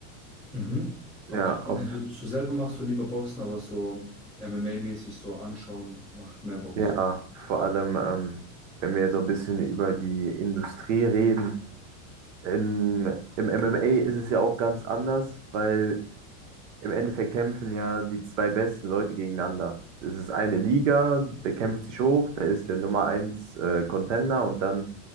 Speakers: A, in the centre; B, on the right.
A: Mhm.
B: Ja,
A: Okay,
B: auf,
A: also du selber machst du lieber Boxen, aber so MMA-mäßig so anschauen macht mehr Bock.
B: ja, vor allem, ähm, wenn wir jetzt so ein bisschen über die Industrie reden. In, Im MMA ist es ja auch ganz anders, weil Im Endeffekt kämpfen ja die zwei besten Leute gegeneinander. Es ist eine Liga, der kämpft sich hoch, da ist der Nummer eins äh, Contender und dann